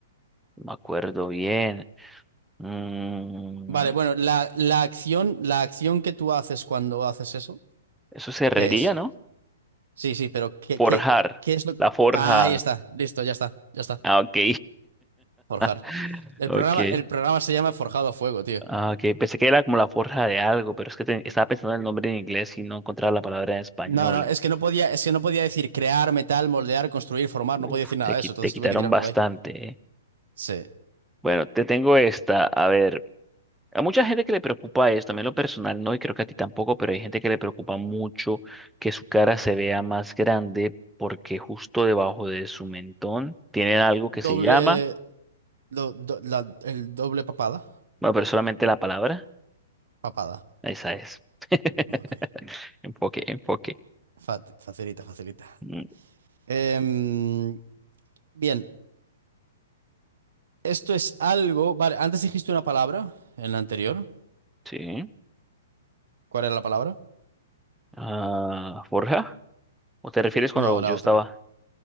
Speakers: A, in the centre; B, on the right.
A: no me acuerdo bien. Mm,
B: Vale, bueno, la, la acción, la acción que tú haces cuando haces eso,
A: eso es herrería,
B: ¿qué es?
A: ¿no?
B: Sí, sí, pero ¿qué,
A: Forjar.
B: qué, qué es lo
A: La forja.
B: Ahí está, listo, ya está, ya está.
A: Ah, ok.
B: Forjar.
A: <laughs>
B: El
A: Ok.
B: programa, el programa se llama Forjado a Fuego, tío.
A: Ah, ok, pensé que era como la forja de algo, pero es que te- estaba pensando en el nombre en inglés y no encontraba la palabra en español.
B: No, no, es que no podía, es que no podía decir crear, metal, moldear, construir, formar, no podía
A: Uf,
B: decir nada
A: te, qui-
B: de eso, entonces
A: te quitaron
B: tuve que tirar
A: bastante,
B: por ahí.
A: ¿eh?
B: Sí.
A: Bueno, te tengo esta. A ver, a mucha gente que le preocupa esto, a mí en lo personal no, y creo que a ti tampoco, pero hay gente que le preocupa mucho que su cara se vea más grande porque justo debajo de su mentón tienen algo que se
B: Doble,
A: llama,
B: do- do- la- el doble papada.
A: bueno, pero solamente la palabra,
B: Papada.
A: esa es. <laughs>
B: Ok.
A: Enfoque, enfoque.
B: Fa- facilita, facilita.
A: Mm,
B: Em, bien, esto es algo. Vale, antes dijiste una palabra en la anterior.
A: Sí.
B: ¿Cuál era la palabra?
A: Ah, forja. ¿O te refieres cuando
B: No,
A: yo
B: la otra.
A: estaba?